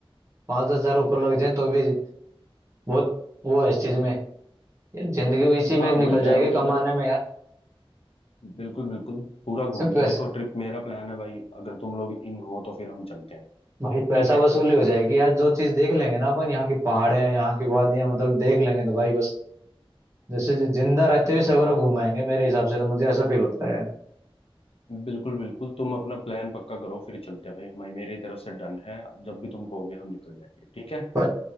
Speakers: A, on the right (about 30°); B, on the left (about 75°).
A: पाँच दस हजार ऊपर लग जाए तो भी बहुत वो है इस चीज में यार जिंदगी इसी
B: हाँ
A: में निकल
B: वही कह
A: जाएगी
B: रहा हूँ कि अगर
A: कमाने में यार
B: बिल्कुल बिल्कुल पूरा घूमते
A: सिर्फ पैसा
B: देखो ट्रिप मेरा प्लान है भाई अगर तुम लोग इन हो तो फिर हम चलते हैं
A: भाई पैसा
B: ठीक है
A: वसूली हो जाएगी यार जो चीज देख लेंगे ना अपन यहाँ की पहाड़े हैं यहाँ की वादियां मतलब देख लेंगे तो भाई बस जैसे जि- जिंदा रहते हुए सगोरा घुमाएंगे मेरे हिसाब से तो मुझे ऐसा फील होता है
B: बिल्कुल बिल्कुल तुम अपना प्लान पक्का करो फिर चलते हैं भाई हमारी मेरी तरफ से डन है जब भी तुम कहोगे हम निकल जाएंगे ठीक है
A: पर